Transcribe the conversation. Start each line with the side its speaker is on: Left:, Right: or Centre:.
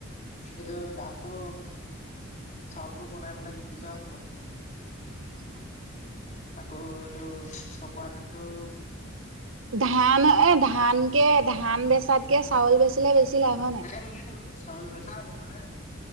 Left: এইটো ধানতটো চাউলটো বনাই পেলাই বিক্ৰী কৰা হ'ব।
Right: <inaudible>
Left: আকৌ এইটো চকোৱা ধানটো।
Right: ধান এ ধান কেে ধান বেচাতকে চাউল বেচিলে বেছি। লাভ হয় নাই
Left: এক চাল মেচা হব। মানে